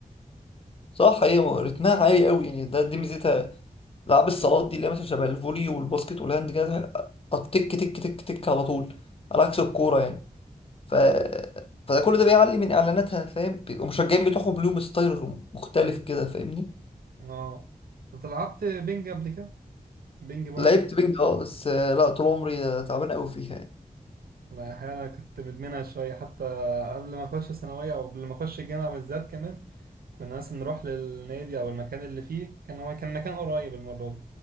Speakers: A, on the left; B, on the right.
A: صح هي رتمها عالي قوي يعني ده دي ميزتها العاب الصالات دي اللي هي مثلا شبه الفولي والباسكت والهاند كده التك تك تك تك على طول على عكس الكوره يعني ف فده كل ده بيعلي من اعلاناتها فاهم بيبقوا مشجعين بتوعهم لهم ستايل مختلف كده فاهمني
B: اه طب لعبت بينج قبل كده؟ بينج بونج
A: لعبت بينج اه بس آه، لا طول عمري آه، تعبان قوي فيها يعني
B: لا أحيانا كنت مدمنها شوية حتى قبل ما أخش ثانوية أو قبل ما أخش الجامعة بالذات كمان كنا مثلا نروح للنادي أو المكان اللي فيه كان هو كان مكان قريب المرة دي